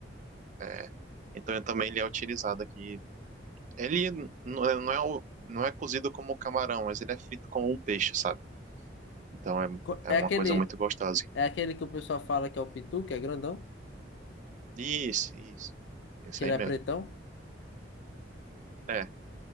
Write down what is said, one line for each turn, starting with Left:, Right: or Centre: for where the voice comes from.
Right: É. Então ele também ele é utilizado aqui. Ele n- não é, não é o- não é cozido como camarão, mas ele é frito como um peixe, sabe? Então é,
Left: Co-
Right: é
Left: É
Right: uma
Left: aquele,
Right: coisa muito gostosa.
Left: é aquele que o pessoal fala que é o pitu, que é grandão,
Right: Isso, isso. Isso
Left: que ele
Right: aí mesmo.
Left: é pretão.
Right: É,